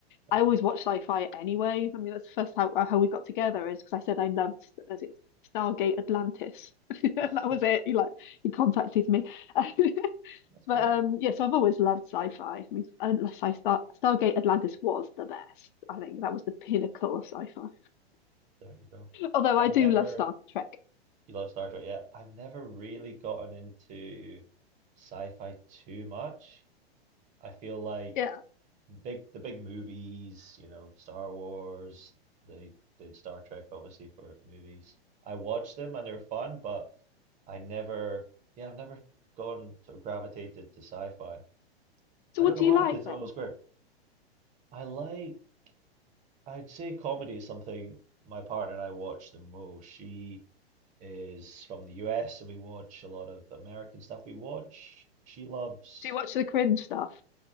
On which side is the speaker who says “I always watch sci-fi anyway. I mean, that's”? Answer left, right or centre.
Left